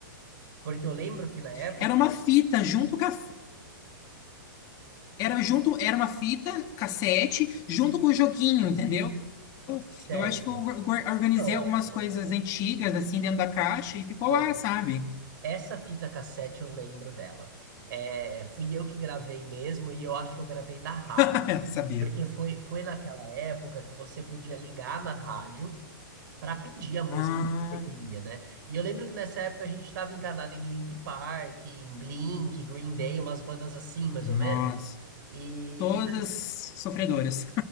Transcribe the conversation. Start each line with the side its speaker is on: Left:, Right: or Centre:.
Right: Porque eu lembro que na época
Left: Era uma fita junto com a... Era junto... Era uma fita cassete junto com o joguinho, entendeu?
Right: Certo.
Left: Eu acho que eu or- or- organizei
Right: Não.
Left: algumas coisas antigas, assim, dentro da caixa e ficou
Right: Ah,
Left: lá, sabe?
Right: Essa fita cassete eu lembro dela. É, fui eu que gravei mesmo e eu acho que eu gravei da rádio,
Left: <laughs> sabia.
Right: porque foi, foi naquela época que você podia ligar na rádio para pedir a música
Left: Ah,
Right: que você queria, né? E eu lembro que nessa época a gente estava encanado em Linkin Park, em Blink, Green Day, umas bandas assim, mais
Left: nossa.
Right: ou menos. E,
Left: Todas
Right: e
Left: sofredoras.